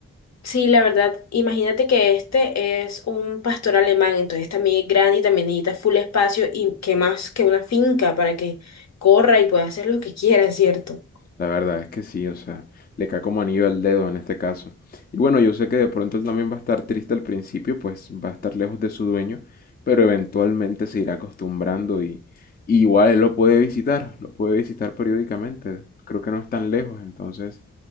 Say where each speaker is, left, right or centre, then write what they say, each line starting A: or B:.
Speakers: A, on the left; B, on the left.
A: Sí, la verdad, imagínate que este es un pastor alemán, entonces también es grande y también necesita full espacio y que más que una finca para que corra y pueda hacer lo que quiera, ¿cierto?
B: La verdad es que sí, o sea, le cae como anillo al dedo en este caso. Y bueno, yo sé que de pronto él también va a estar triste al principio, pues va a estar lejos de su dueño, pero eventualmente se irá acostumbrando y, y igual él lo puede visitar, lo puede visitar periódicamente. Creo que no es tan lejos, entonces